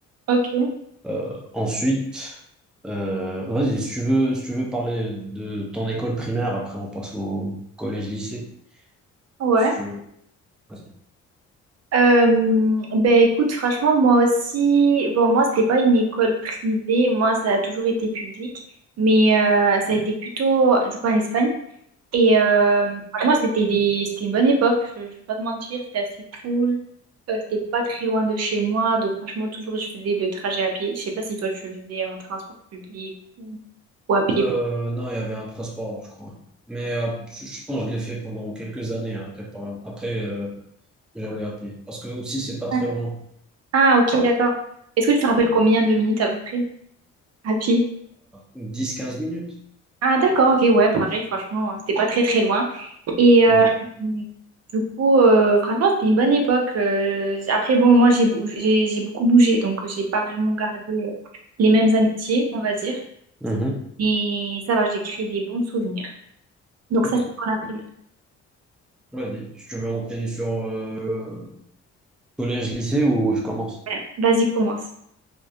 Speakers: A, on the right; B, in the centre.
A: Ok,
B: Euh, ensuite, euh, vas-y, si tu veux, si tu veux parler de ton école primaire, après on passe au collège-lycée,
A: ouais.
B: si tu veux. Vas-y.
A: Euh, ben écoute, franchement, moi aussi, bon, moi, c'était pas une école privée, moi, ça a toujours été public, mais euh, ça a été plutôt, du coup, en Espagne. Et euh, franchement, c'était des... c'était une bonne époque. Je, je vais pas te mentir, c'était assez cool. Euh, c'était pas très loin de chez moi. Donc, franchement, toujours, je faisais le trajet à pied. Je sais pas si toi, tu faisais un transport public ou ou à pied.
B: Euh, non, il y avait un transport, je crois. Mais euh, je, je pense que je l'ai fait pendant quelques années après, par- après euh, j'avais appris. Parce que aussi, c'est pas très
A: Ouais.
B: long.
A: Ah, ok, d'accord. Est-ce que tu te rappelles combien de minutes à peu près à pied?
B: Dix, quinze minutes.
A: Ah, d'accord, ok, ouais, pareil, franchement, c'était pas très très loin. Et euh,
B: Voilà.
A: du coup, euh, franchement, c'était une bonne époque. Euh, après, bon, moi, j'ai bou- j'ai j'ai beaucoup bougé, donc euh, j'ai pas vraiment gardé euh, les mêmes amitiés, on va dire.
B: Mhm.
A: Et ça va, j'ai créé des bons souvenirs. Donc
B: Ok.
A: ça, c'est pour la primaire.
B: Vas-y. Je veux enchaîner sur. euh, Collège, lycée ou je commence?
A: Ouais. Vas-y, commence.